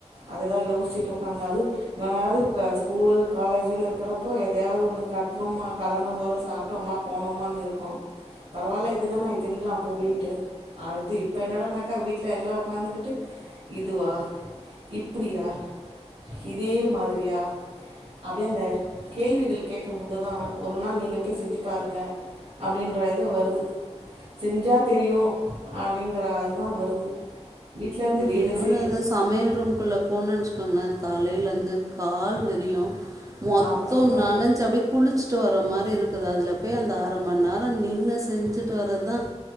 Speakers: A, on the right; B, on the right.
A: அததா யோசிச்சுட்டு உக்காந்து அது எதாது ஸ்கூலு காலேஜின்னு இருக்கிறப்போ எதையாவது ஒன்னு கட்னோமா கலர்ன சோறு சாப்டோமா போனோமான்னு இருப்போ பரவாயில்ல இதுதா இத்தனைக்கெல்லா போவேன்ட்டு அடுத்து இப்போ என்னடானாக்கா வீட்ல எல்லா வந்துக்கிட்டு இதுவா இப்பிடியா இதே மாதிரியா அப்டியே அந்த கேள்விகள் கேட்கும்போது தா ஒரு நாள் நீங்க போய் செஞ்சி பாருங்க அப்டின்ற இது வருது செஞ்சா தெரியு அப்டிங்கற அதுதா வருது வீட்டில் இருந்துட்டு
B: இன்னொன்னு
A: இதை செய்
B: எதா சமையல் ரூம்குள்ள போணுனெனச்சக்கோங்களே தலையிலேருந்து கால் வறியு மொத்தொ
A: அப்படி தான்
B: நெனைஞ்சு அப்டி குளிச் விட்டு வர மாரி இருக்குது அதுல போய் அந்த அர மணி நேரம் நின்னு செஞ்சுட்டு வரதான்